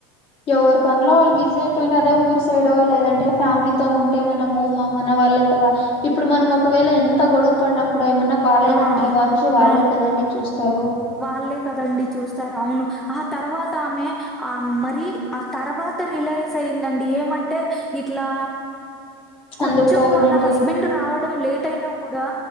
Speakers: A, on the left; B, in the centre.
A: ఎవరి పనిలో వాళ్ళు బిజీ అయిపోయినాదే అదే ఊరు సైడో లేదంటే ఫ్యామిలీతో ఉంటే మనము మా మన వాళ్ళే కదా ఇప్పుడు మనం ఒకవేళ ఎంత గొడువ పడిన కూడ ఏమన్నా బాలేదంటే
B: ఆ
A: వచ్చి వాళ్ళే
B: ఆ
A: కదండి చూస్తారు
B: వాళ్ళే కదండి చూస్తారు అవును ఆ తర్వా తామె ఆ మరి ఆ తర్వాత రిలైజ్ అయిందండి ఏమంటే ఇట్లా కొంచెం
A: అందరితో
B: వాళ్ళ
A: నింటే
B: హస్బెండ్ రావడం లేట్ అయినా కూడా